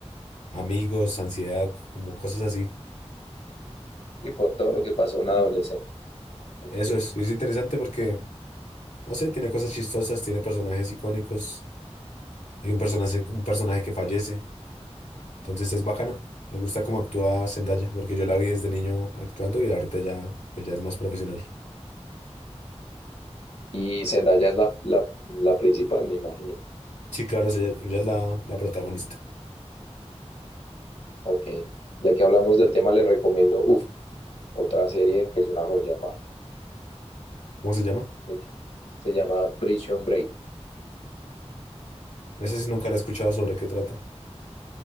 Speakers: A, on the left (about 80°); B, on the left (about 65°).
A: amigos, ansiedad, como cosas así.
B: Sí, por todo lo que pasa a un adolescente. Ok.
A: Eso es, es interesante porque, no sé, tiene cosas chistosas, tiene personajes icónicos, hay un personaje, un personaje que fallece. Entonces es bacano. Me gusta cómo actúa Zendaya, porque yo la vi desde niño actuando y ahorita ya, pues ya es más profesional.
B: Y Zendaya es la, la, la principal, me imagino.
A: Sí, claro, es ella, ella es la, la protagonista.
B: Ok. Ya que hablamos del tema, le recomiendo, uff, otra serie que es una joya, pa.
A: ¿Cómo se llama?
B: Se llama se llama Prison Break.
A: Esa sí nunca la he escuchado sobre qué trata.